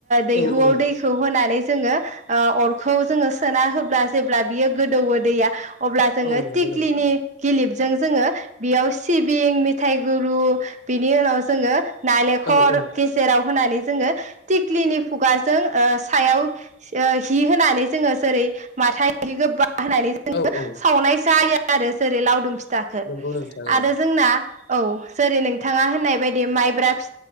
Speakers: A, on the right; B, on the left.
A: दैहुआव
B: औ औ
A: दैखौ होनानै जोङो ओ अरखौ जोङो सोना होब्ला जेब्ला बियो गोदौओ दैया अब्ला जोङो
B: औ नंगौ
A: थिक्लिनि
B: नोंथां
A: गिलिबजों जोङो बेयाव सिबिं मेथाइ गुरु बिनि उनाव जोङो नालेखर
B: औ औ
A: गेजेराव होनानै जोङोनि टिक्लीनि खुगाजों ओ सायाव हि होनानै जोङो जेरै माथा हि गोबा होननानै जोङो
B: औ औ
A: सावनाय जायो आरो जेरै लावदुम फिथा जाखो
B: नंगौ नोंथां
A: आरो जोंना औ जेरै नोंथाङा होननाय बायदि माइब्रा फि